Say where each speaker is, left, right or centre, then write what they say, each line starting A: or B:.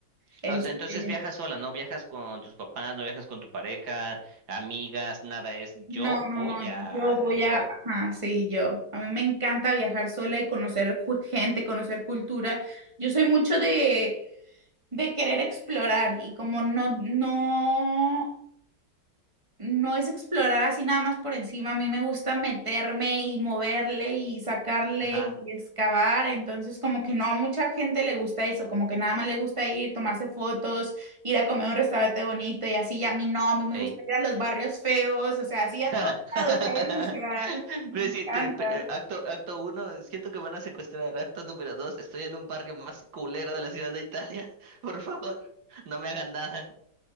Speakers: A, on the right (about 15°); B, on the right (about 85°).
A: Este,
B: Ah, o sea, entonces viajas sola, ¿no? Viajas con tus papás, no viajas con tu pareja, amigas, nada. Es yo
A: no, no,
B: voy
A: no,
B: a,
A: yo
B: a-
A: voy
B: yo.
A: a, ajá, sí, yo. A mí me encanta viajar sola y conocer ju- gente, conocer cultura. Yo soy mucho de, de querer explorar y como no, no. no es explorar así nada más por encima. A mí me gusta meterme y moverle y sacarle
B: Ajá.
A: y excavar. Entonces, como que no a mucha gente le gusta eso, como que nada más le gusta ir, tomarse fotos, ir a comer a un restaurante bonito y así. Y a mí no, a mí me
B: Ey.
A: gusta ir a los barrios feos, o sea, así
B: <laughs>
A: a todos lados, ¿sabes? O sea, me
B: Ve,
A: encanta.
B: sí, te- pe- eh, acto, acto uno, siento que me van a secuestrar. Acto número dos, estoy en un barrio más culero de la ciudad de Italia. <laughs> Por favor, no me hagan nada.